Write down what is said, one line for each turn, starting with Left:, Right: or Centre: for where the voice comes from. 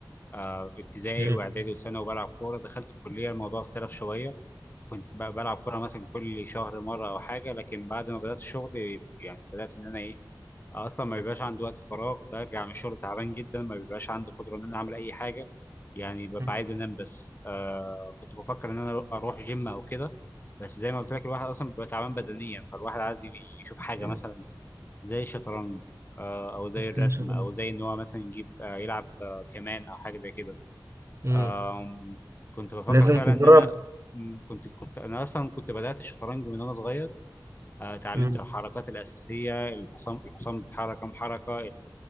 Left: آه، ابتدائي
Right: مم.
Left: واعدادي وثانوي وبلعب كورة دخلت الكلية الموضوع اختلف شوية كنت ب- بلعب كوره مثلا كل شهر مره او حاجه لكن بعد ما بدات الشغل يعني بدات ان انا ايه اصلا ما بيبقاش عندي وقت فراغ برجع من الشغل تعبان جدا ما بيبقاش عندي قدره ان انا اعمل اي حاجه يعني ببقى
Right: مم.
Left: عايز انام بس آه كنت بفكر ان انا اروح جيم او كده بس زي ما قلت لك الواحد اصلا بيبقى تعبان بدنيا فالواحد عايز يشوف حاجه
Right: مم.
Left: مثلا زي الشطرنج آه، او زي الرسم
Right: إن شاء
Left: او
Right: الله
Left: زي ان هو مثلا يجيب آه، يلعب آه، كمان او حاجه زي كده
Right: مم.
Left: آم، كنت بفكر
Right: لازم
Left: فعلا
Right: تجرب
Left: ان انا مم، كنت كنت انا اصلا كنت بدات الشطرنج من وانا صغير آه، اتعلمت
Right: مم.
Left: الحركات الاساسيه الحصان الحصان بيتحرك كام حركه ال-